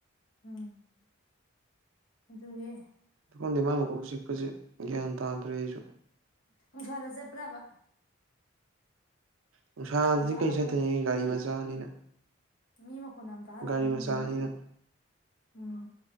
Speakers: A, on the left; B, on the right.
A: ꯎꯝ ꯑꯗꯨꯒꯤ
B: ꯁꯐꯝꯗꯤ ꯃꯥꯥꯏ ꯃꯨꯀꯣꯛꯁꯤꯛꯄꯁꯤꯦ ꯒ꯭ꯌꯥꯟ ꯇꯥꯗ꯭ꯔꯦ ꯑꯩꯁꯨ
A: ꯎꯁꯔꯁꯦꯕ꯭ꯔꯥꯕ
B: ꯅꯨꯡꯁꯥꯗꯤ
A: ꯇꯥꯍꯜꯂꯛꯀꯅꯨ
B: ꯀꯔꯤ ꯆꯠꯇ꯭ꯔꯤ ꯒꯥꯔꯤ ꯃꯆꯥꯅꯤꯅ
A: ꯃꯤ ꯃꯈꯣꯟ ꯑ ꯇꯥꯍꯜꯂꯛꯀꯅꯨ
B: ꯒꯥꯔꯤ ꯃꯆꯥꯅꯤꯅ
A: ꯅꯅꯨꯡꯗꯣ ꯎꯝ